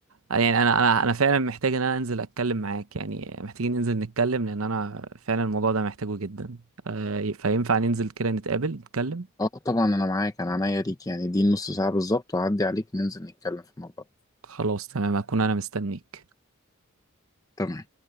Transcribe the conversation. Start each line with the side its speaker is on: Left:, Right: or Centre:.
Right: يعني انا انا انا فعلا محتاج ان انا انزل اتكلم معاك يعني محتاجين ننزل نتكلم لان انا فعلا الموضوع ده محتاجه جدا آه، فينفع ننزل كده نتقابل نتكلم
Left: اه طبعا انا معاك انا عينيا ليك يعني دي نص ساعة بالظبط وعدي عليك ننزل نتكلم في الموضوع ده.
Right: خلاص تمام هكون انا مستنيك
Left: تمام